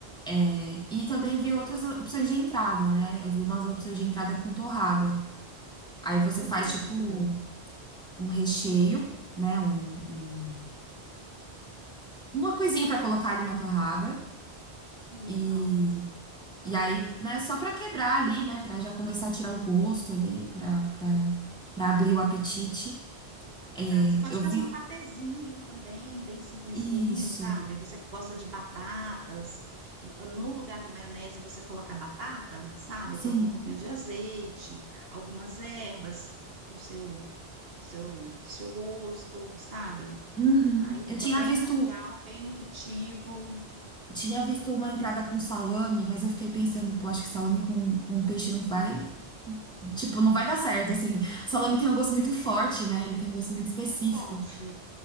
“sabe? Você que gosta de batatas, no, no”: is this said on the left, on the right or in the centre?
Right